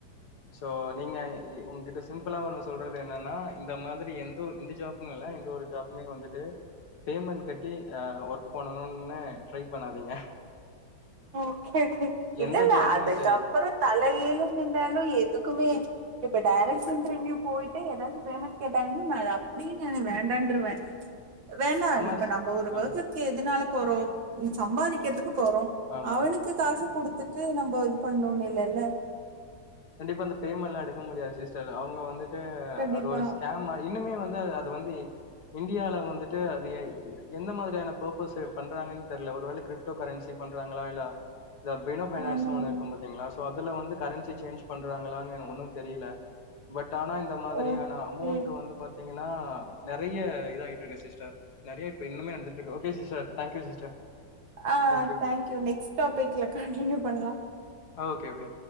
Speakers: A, on the left (about 60°); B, on the right (about 80°).
A: சோ நீங்க எ உங்ககிட்ட சிம்ப்ளா ஒண்ணு சொல்றது என்னன்னா இந்த மாதிரி எந்த ஒரு இந்த ஜாப் னுயில்ல எந்த ஒரு ஜாப்மே வந்துட்டு பேமெண்ட் கட்டி ஆ ஒர்க் பண்ணணுன்னே ட்ரை பண்ணாதீங்க
B: ஓகே ஓகே இல்லெல்ல
A: எந்த ஜாப்புமே
B: அதுக்கப்பற
A: சரி
B: தலகீழ நின்னாலு எ துக்குமே இப்ப டேரெக்ட் இன்ட்ரிவீவ் போய்டு எதாச்சு பேய்மெண்ட் கேட்டாங்கனா நா அத அப்டியே நானு வேண் டற்றுவே வேண்டா
A: ஆமா
B: இப்ப நம்ம ஒரு
A: ஆ
B: வர்குக்கு எதுனால போறோ சம்பாதிக்கிற்துக்கு போறோ
A: ஆமா
B: அவனுக்கு காச குடுத்துட்டு நம்ம இது பண்ணு இல்லெல்ல
A: கண்டிப்பா அந்த பேமெண்ட்லா எடுக்க முடியாது சிஸ்டர் அவ்ங்க வந்துட்டு
B: கண்டிப்பா
A: அது ஒரு ஸ்கேம் மாரி இன்னமே வந் து அது வந்து இந்தியால வந்துட்டு அது எந் எந்த மாதிரியான பர்பஸு பண்றாங்கன்னு தெரில ஒருவேல கிரிப்டோ கரென்சி பண்றாங்களா இல்ல இந்த பினோ பைனான்ஸுனு
B: ஆமாமா
A: ஒண்ணு இருக்கு பாத்தீங்களா சோ அதுல வந்து கரென் சி சேஞ்ச் பண்றாங்களானு எனக் ஒண்ணுந் தெரியில பட் ஆனா இந்த மாதிரியான
B: ஓகே
A: அமௌண்ட் வந்து பாத்தீங்க னா நறைய இதா ஆகிட்ருக்கு சிஸ்டர் நறைய இன்னுமே நடந்திட்ருக்கு ஓகே சிஸ்டர் தங்க்யூ சிஸ்டர்
B: ஆ
A: தேங்க்யூ
B: தங்க்யூ நெக்ஸ்ட் டாபிக்ல கண்டினியூ பண்ணலா
A: ஓகே ஓகே